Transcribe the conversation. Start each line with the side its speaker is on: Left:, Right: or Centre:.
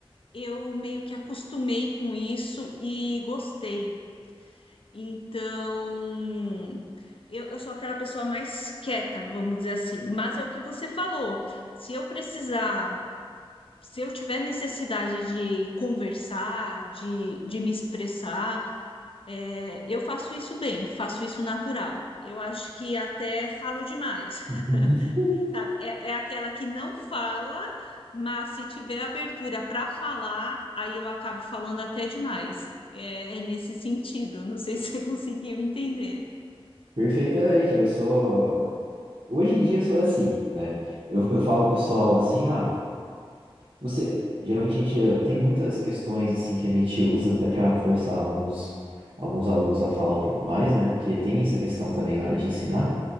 Left: eu meio que acostumei com isso e gostei. Então, eu, eu sou aquela pessoa mais quieta, vamos dizer assim. Mas é o que você falou. Se eu precisar se eu tiver necessidade de conversar, de, de me expressar, é, eu faço isso bem, faço isso natural. Eu acho que até falo demais,
Right: <laughs>
Left: <laughs> sabe? É, é aquela que não fala, mas se tiver abertura para falar, aí eu acabo falando até demais. É, é nesse sentido. Não sei <laughs> se você conseguiu entender.
Right: Perfeitamente, eu sou. Hoje em dia eu sou assim, né? Eu, eu falo pro pessoal assim, ah. Você, geralmente a gente eh, tem muitas questões assim que a gente usa até para forçar alguns alguns alunos a falar um pouco mais, né? Porque tem essa questão também na hora de ensinar.